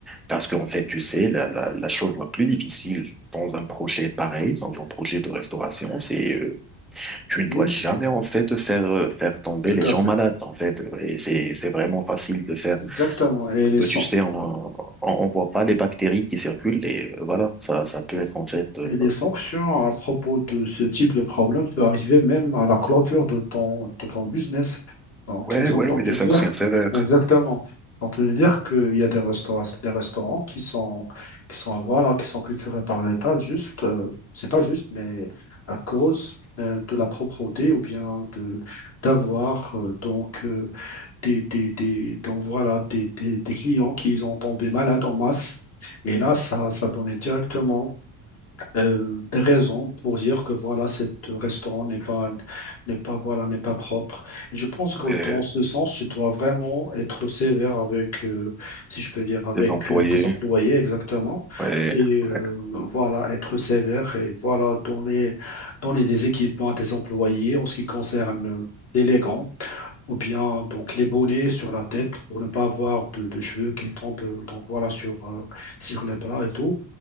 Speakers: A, in the centre; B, on the left (about 35°).
A: parce qu'en fait, tu sais, la, la, la chose la plus difficile dans un projet pareil, dans un projet de restauration, c'est euh, tu ne
B: Oui,
A: dois jamais
B: tout à
A: en
B: fait.
A: fait faire euh, faire tomber
B: Tout
A: les gens
B: à fait.
A: malades en fait et c'est c'est vraiment facile de faire
B: Exactement. Et
A: parce
B: les,
A: que tu sais on on, on voit pas les bactéries qui circulent et euh, voilà ça ça peut être en fait euh,
B: Et les sanctions à propos de ce type de problème peuvent arriver même à la clôture de ton, de ton business. Donc,
A: ouais
B: j'ai
A: ouais
B: entendu
A: ouais des sanctions
B: dire,
A: sévères
B: exactement, j'ai entendu dire qu'il y a des restaurants, des restaurants qui sont, qui sont, voilà, qui sont culturés par l'État, juste, euh, c'est pas juste, mais à cause euh, de la propreté ou bien de d'avoir euh, donc euh, des, des, des- donc voilà des, des, des clients qui ont tombé malades en masse. Et là, ça, ça donnait directement euh, des raisons pour dire que voilà, cet restaurant n'est pas, n'est pas, voilà, n'est pas propre. Et je pense que
A: ouais
B: dans ce sens, tu dois vraiment être sévère avec, euh, si je peux dire, avec
A: des employés
B: euh, tes employés exactement.
A: ouais
B: Et
A: ouais
B: euh, voilà, être sévère et voilà, donner, donner des équipements à tes employés en ce qui concerne. euh, l'élégance ou bien donc les bonnets sur la tête pour ne pas avoir de, de cheveux qui tombent euh, donc voilà sur, euh, sur les plats et tout.